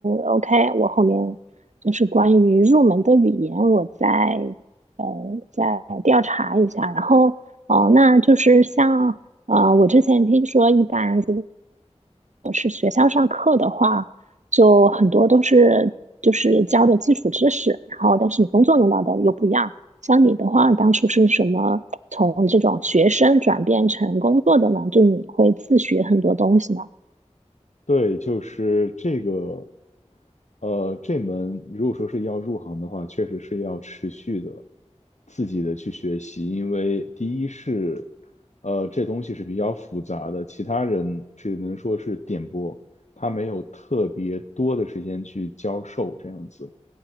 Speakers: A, on the right (about 85°); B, on the left (about 75°).
A: OK，我后面就是关于入门的语言，我再呃再调查一下。然后哦，那就是像呃，我之前听说一般。是学校上课的话，就很多都是就是教的基础知识，然后但是你工作用到的又不一样。像你的话，当初是什么从这种学生转变成工作的呢？就你会自学很多东西吗？
B: 对，就是这个，呃，这门如果说是要入行的话，确实是要持续的自己的去学习，因为第一是，呃，这东西是比较复杂的，其他人只能说是点播，他没有特别多的时间去教授这样子。